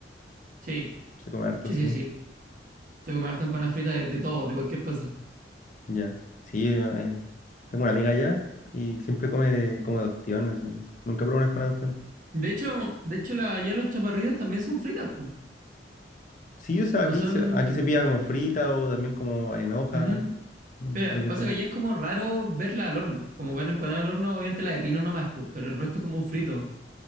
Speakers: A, on the right; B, on the left.
A: Sí,
B: Se come harto,
A: sí,
B: sí.
A: sí, sí. Se come harta empanada frita de, de todo, de cualquier cosa.
B: Ya. Sí, eh, tengo una amiga allá y siempre come de, como de ostión, así. Nunca probó una empanada de ostión.
A: De hecho, de hecho la, allá los chaparritos también son fritas, pues.
B: Sí, o sea,
A: No
B: aquí
A: son...
B: se, aquí se pilla como frita o también como en hoja.
A: ujú.
B: mm,
A: Pero
B: Hay de
A: pasa
B: todo.
A: que allá es como raro verla al horno. Como ver empanada al horno, obviamente la de pino nomás, pues, pero el resto como frito.